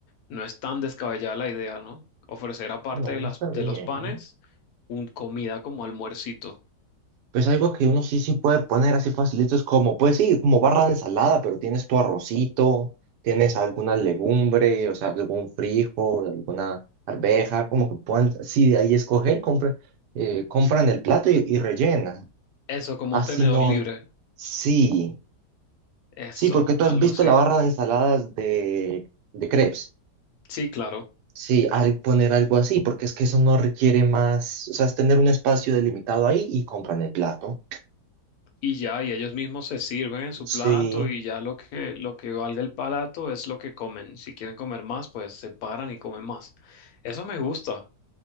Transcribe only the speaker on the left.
no es tan descabellada la idea, ¿no? Ofrecer aparte
de las,
de
los panes, un comida como almuercito.
Eso, como
un tenedor
libre.
Eso,
algo
así.
Sí, claro.
Y ya, y ellos mismos se sirven en su
plato y ya lo que, lo que valga el palato es lo que comen. Si quieren comer más, pues se paran y comen más. Eso me gusta.